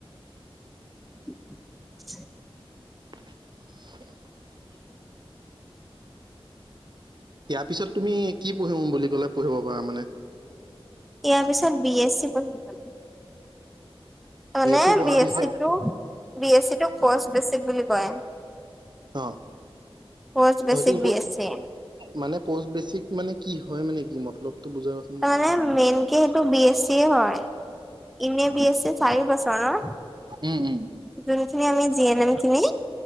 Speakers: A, in the centre; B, on the right.
A: <unintelligible>
B: <unintelligible> ইয়াৰ পিছত তুমি কি পঢ়ো বুলি ক'লে পঢ়িব পাৰা মানে?
A: ইয়াৰ পিছত বি এছ চি পঢ়িব পাৰিম মানে
B: চি পঢ়াৰ
A: বি
B: পিছত
A: এছ চি টো বি এছ চি টো কৌছ বেছিক বুলি কয়।
B: অহ।
A: পষ্ট বেচিক
B: হয়তো
A: বি এছ চি
B: মানে পষ্ট বেচিক মানে কি হয় মানে কি মতলবটো বুজাবা
A: তাৰ মানে মেইন কে সেইটো বি এছ চিএ হয়। ইনে বি এছ চি চাৰি বছৰৰ ন,
B: উম উম
A: যোনখিনি আমি জি এন এম খিনি-